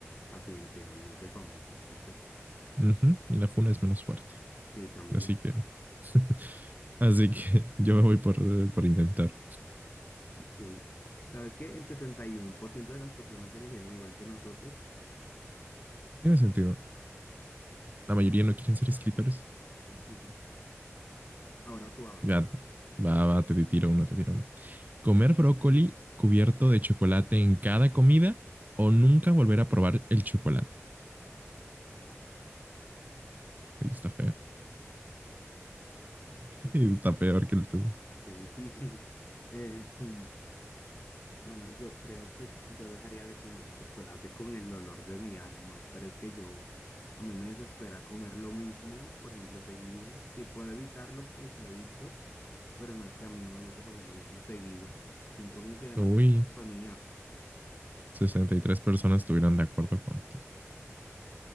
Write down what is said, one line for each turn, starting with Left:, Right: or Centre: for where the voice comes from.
Left: así enteramente famosos, quizás.
Right: Ujú, Y la funa es menos fuerte.
Left: Sí, también.
Right: Así
Left: <laughs>
Right: que, <laughs> así que yo me voy por, eh, por inventar.
Left: Sí. ¿Sabes qué? El 71% de las personas eligieron igual que nosotros.
Right: Tiene sentido. La mayoría no quieren ser escritores.
Left: <laughs> Bueno, ahora tú a ver.
Right: Ya, va, va, te tiro uno, te tiro uno. Comer brócoli cubierto de chocolate en cada comida o nunca volver a probar el chocolate.
Left: Ah.
Right: Oye, está feo. <laughs>
Left: Uf,
Right: Está peor que el tuyo.
Left: qué difícil. Eh, <laughs> bueno, yo creo que yo dejaría de comer chocolate con el olor de mi alma, pero es que yo, a mí me desespera comer lo mismo, por ejemplo, seguido. Si puedo evitarlo, pues lo evito, pero no es que a mí no me gusta comer lo mismo seguido. Siento como que demasiada
Right: Uy,
Left: monotonía.
Right: 63 personas estuvieron de acuerdo contigo.